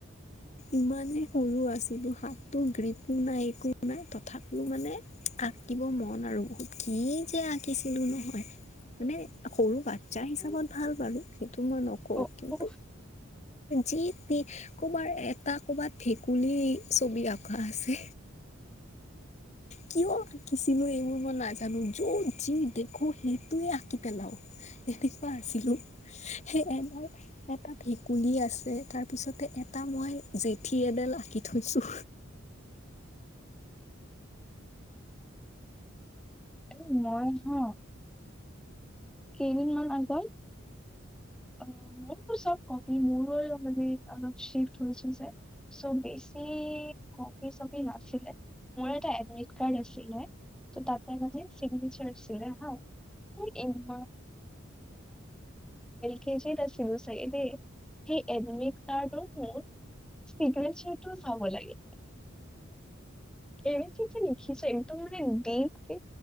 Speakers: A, on the left; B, in the centre.
A: ইমানেই সৰু আছিলোঁ হাতটো গ্ৰীপো নাই একো নাই তথাপিও মানে আঁকিব মন আৰু বহুত কি যে আঁকিছিলো নহয় মানে সৰু বাচ্ছা হিচাপত
B: উম
A: ভাল বাৰু সেইটো মই নক ক
B: অ
A: কিন্তু
B: অ
A: যি কোবাৰ এটা কবাত ভেকুলী ছবি আঁকা আছে। কিয় আঁকিছিলো এইবোৰ মই নাজানো যত যি দেখো সেইটোৱে আঁকি পেলাও এনেকুৱা আছিলো সেই এ এটা ভেকুলী আছে তাৰপিছতে এটা মই জেঠী এডাল আঁকি থৈছোঁ
B: আ মনহা <unintelligible> কেইদিনমান আগত অ', মোৰোৰ চব কপি মোৰ মানে অলপ শিফ্ হৈছে যে চ' বেছি কপ চপি নাছিলে মোৰ এটা এডমিট কাৰ্ড আছিলে। তোৰ তাতাই মানে চিগ্নেচৰ চিৰা হা এ কে নছিল চাগে সেই এডমিট কাৰ্ড ৰখোন <unintelligible> সিক তো চাব লাগে। এনে যে নেখিছে একদম মানে দীপ কে